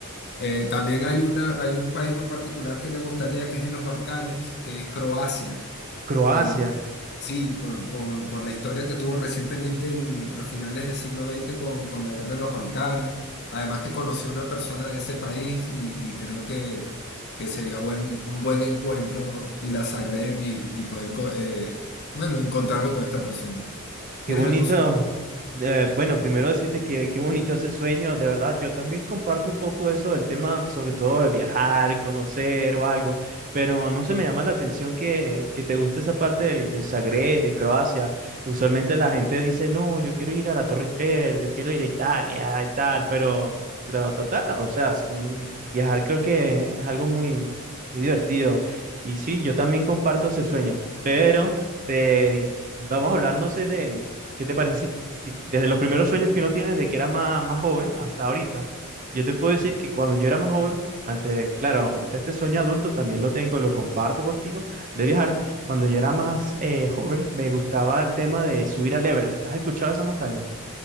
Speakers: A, on the left (about 50°); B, on the right (about 40°).
A: Eh, también hay una, hay un país muy particular que me gustaría, que es en los Balcanes, que es Croacia.
B: Croacia.
A: Eh, sí, por, por, por la historia que tuvo recientemente en- a finales del siglo XX con, con la guerra de los Balcanes. Además que conocí a una persona de ese país y, y creo que, que sería buen, un buen encuentro ir a Zagreb y, y poder, co- eh, bueno, encontrarme con esta persona.
B: Qué
A: ¿Tienes
B: bonito.
A: algún
B: Eh, bueno, primero decirte que qué bonito ese sueño, de verdad. Yo también comparto un poco eso del tema, sobre todo de viajar, conocer o algo, pero no se me llama la atención que, que te guste esa parte del, del Zagreb, de Croacia. Usualmente la gente dice, no, yo quiero ir a la Torre Eiffel, yo quiero ir a Italia y tal, pero, pero total, o sea, es un- viajar creo que es algo muy, muy divertido. Y sí, yo también comparto ese sueño, pero... te Vamos a hablar, no sé, de, ¿Qué te parece si, si desde los primeros sueños que uno tiene, desde que era más, más joven hasta ahorita, yo te puedo decir que cuando yo era más joven, antes, claro, ahorita este sueño adulto también lo tengo, lo comparto contigo, de viajar, cuando yo era más eh, joven, me gustaba el tema de subir al Everest. ¿Has escuchado esa montaña?